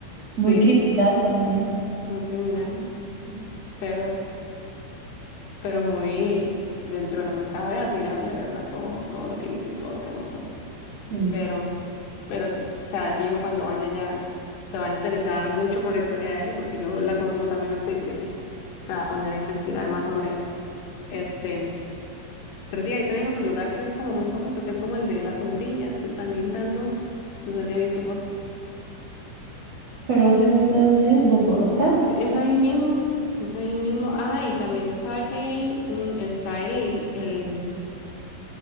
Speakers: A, on the left; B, on the right.
A: sí,
B: Muy criminal
A: sí,
B: también.
A: muy criminal, pero, pero muy dentro de lo que cabe, admirable, ¿verdad? Todo, todo lo que hizo y todo lo que montó.
B: Sí,
A: pero, pero sí, o sea, de fijo cuando vaya ya se va a interesar mucho por la historia de él, porque yo la conozco también hasta y sé que se va a poner a investigar más sobre eso. Este, pero sí, hay también otro lugar que es como muy famoso, que es como el de las sombrillas que están guindando. No sé si ha visto fotos.
B: pero ese no sé dónde es, Bogotá.
A: Es ahí mismo, es ahí mismo. Ah, y también sabe que hay ahí, Mm, está el, el,